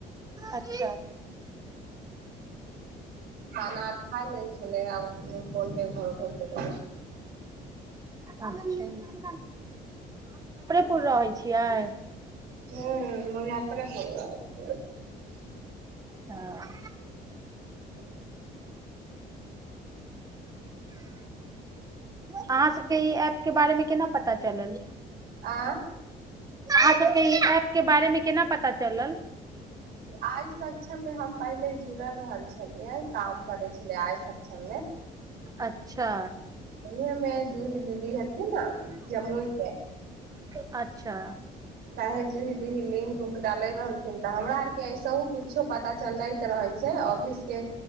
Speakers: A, on the right (about 20°); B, on the right (about 70°).
A: अच्छा
B: खाना आर खाय लेल छलै आ पले घर घर प ग
A: अच्छा क रहै छियै
B: हुँ मने अपने आ
A: हँ
B: ओ
A: अहाँ सभ ई ऐप के बारेमे केना पता चलल
B: आ
A: अहाँ सबके ई एऐप के बारेमे केना पता चलल
B: आइ सक्षममे हम पहिले जुड़ल रहल छलियै काम करै छलियै आइ सक्षम मे
A: अच्छा
B: उ मैं जुईी दीदी ह की नाम जमूइ कें
A: अच्छा
B: साहे जी दीदी लिंक हुनक ले रहलखिन तऽ हमरा आर के ऐसहु कुछो पता चलैत रहे छै जे ऑफिस कें